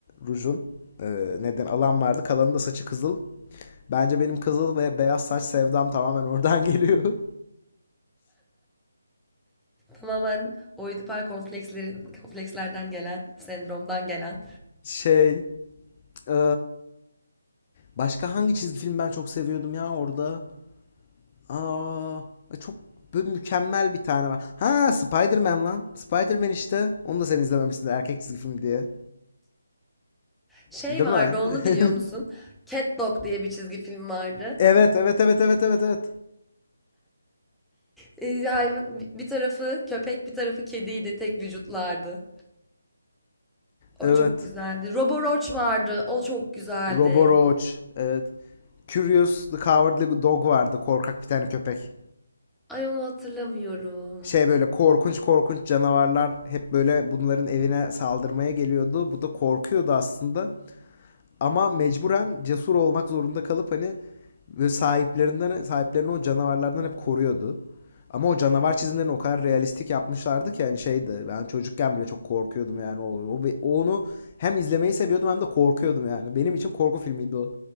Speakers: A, on the left; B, in the centre.
A: Rouge'un e, neden alan vardı. Kalanı da saçı kızıl. Bence benim kızıl ve beyaz saç sevdam tamamen oradan geliyor. <laughs>
B: Tamamen oidipal komplekslerin, komplekslerden gelen, sendromdan gelen.
A: Şey, e, başka hangi çizgi film ben çok seviyordum ya orada? Aa, çok böyle mükemmel bir tane var. Ha Spider-Man lan. Spider-Man işte. Onu da sen izlememişsin erkek çizgi film diye.
B: Şey
A: Değil
B: vardı
A: mi?
B: onu biliyor musun?
A: <laughs>
B: Cat Dog diye bir çizgi film vardı.
A: Evet, evet, evet, evet, evet, evet.
B: Ee, hayvan, bir tarafı köpek bir tarafı kediydi. Tek vücutlardı. O
A: Evet.
B: çok güzeldi. Roboroach vardı. O çok güzeldi.
A: Robo Roach. Evet. Curious the Cowardly Dog vardı. Korkak bir tane köpek.
B: Ay onu hatırlamıyorum.
A: Şey böyle korkunç korkunç canavarlar hep böyle bunların evine saldırmaya geliyordu. Bu da korkuyordu aslında. Ama mecburen cesur olmak zorunda kalıp hani sahiplerinden sahiplerini o canavarlardan hep koruyordu. Ama o canavar çizimlerini o kadar realistik yapmışlardı ki yani şeydi ben çocukken bile çok korkuyordum yani o, o onu hem izlemeyi seviyordum hem de korkuyordum yani. Benim için korku filmiydi o.